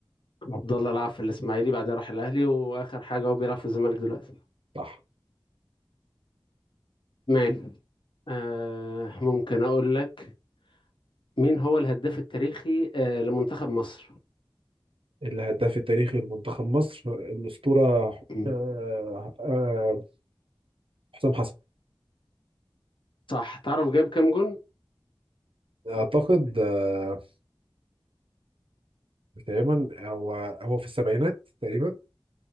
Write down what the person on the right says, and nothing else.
صح
الهداف التاريخي لمنتخب مصر الأسطورة
آه، آه، حسام حسن
أعتقد آه، تقريبا هو هو في السبعينات تقريبا